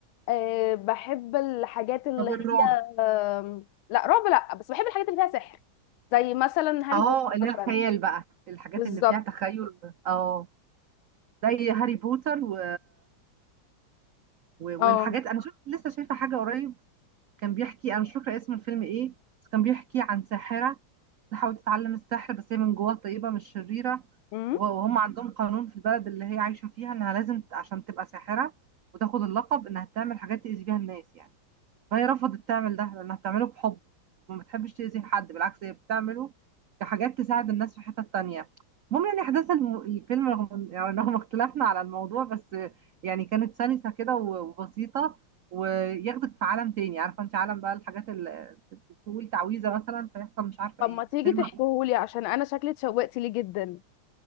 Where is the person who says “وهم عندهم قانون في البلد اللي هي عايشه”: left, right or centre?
Right